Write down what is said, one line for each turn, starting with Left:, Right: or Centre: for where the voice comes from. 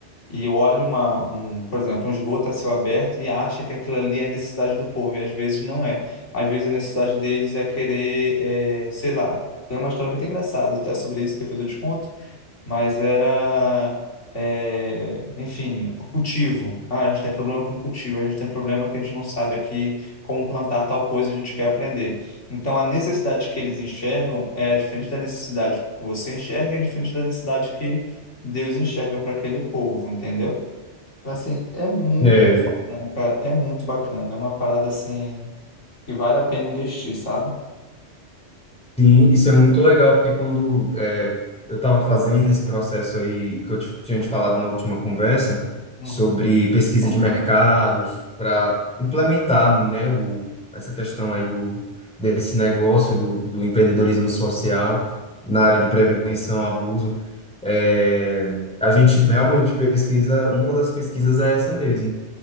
Left: e olha uma, um, por exemplo, um esgoto a céu aberto e acha que aquilo ali é a necessidade do povo, e às vezes não é. Às vezes a necessidade deles é querer, eh, sei lá, tem uma história muito engraçada até sobre isso, depois eu te conto mas era, é, enfim, cultivo. Ah, a gente tem problema com cultivo, a gente tem problema que a gente não sabe aqui como plantar tal coisa, a gente quer aprender. Então, a necessidade que eles enxergam é diferente da necessidade que você enxerga, é diferente da necessidade que Deus enxerga para aquele povo, entendeu? Então, assim, é muito
Centre: É,
Left: bacana, cara, é muito bacana. É uma parada, assim, que vale a pena investir, sabe?
Centre: Sim, isso é muito legal, porque quando é, eu estava fazendo esse processo aí, que eu te- tinha te falado na última conversa,
Left: Uhum.
Centre: sobre pesquisa de mercados, para implementar, né, o, essa questão aí do, desse negócio do, do empreendedorismo social na área de prevenção ao abuso, é, a gente realmente pesquisa, uma das pesquisas é essa mesmo